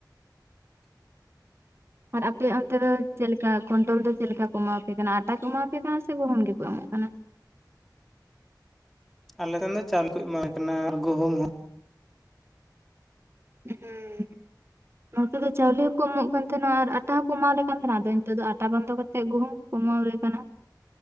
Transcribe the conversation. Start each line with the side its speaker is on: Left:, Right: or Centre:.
Right: ᱟᱨ ᱟᱯᱮ ᱚᱱᱛᱮ ᱫᱚ ᱪᱮᱫ ᱞᱮᱠᱟ ᱠᱚᱱᱴᱚᱞ ᱫᱚ ᱪᱮᱫ ᱞᱮᱠᱟ ᱠᱚ ᱮᱢᱟᱣ ᱟᱯᱮ ᱠᱟᱱᱟ, ᱟᱸᱴᱟ ᱠᱚ ᱮᱢᱟ ᱯᱮ ᱠᱟᱱᱟ ᱥᱮ ᱜᱩᱦᱩᱢ ᱜᱮᱠᱚ ᱮᱢᱚᱜ ᱠᱟᱱᱟ?
Centre: ᱟᱞᱮ ᱥᱮᱱ ᱫᱚ ᱪᱟᱣᱞᱮ ᱠᱚ ᱮᱢᱟᱞᱮ ᱠᱟᱱᱟ ᱟᱨ ᱜᱩᱦᱩᱢ ᱦᱚᱸ ᱾
Right: ᱦᱩᱸ ᱾ ᱱᱚᱛᱮ ᱫᱚ ᱪᱟᱣᱞᱮ ᱦᱚᱸᱠᱚ ᱮᱢᱚᱜ ᱠᱟᱱ ᱛᱟᱦᱮᱸ ᱱᱟ ᱟᱨ ᱟᱸᱴᱟ ᱦᱚᱸᱠᱚ ᱮᱢᱟ ᱞᱮ ᱠᱟᱱ ᱛᱟᱦᱮᱸᱱᱟ, ᱟᱫᱚ ᱱᱤᱛᱚᱜ ᱫᱚ ᱟᱸᱴᱟ ᱵᱚᱱᱫᱚ ᱠᱟᱛᱮᱫ ᱜᱩᱦᱩᱢ ᱠᱚ ᱮᱢᱟᱣ ᱟᱞᱮ ᱠᱟᱱᱟ ᱾